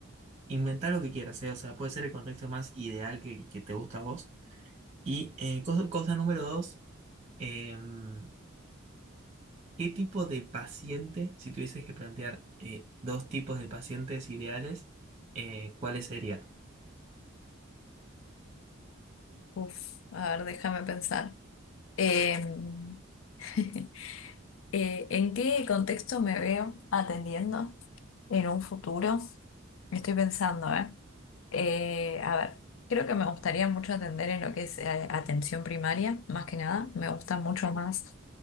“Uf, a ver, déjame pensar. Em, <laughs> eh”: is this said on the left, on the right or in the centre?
Left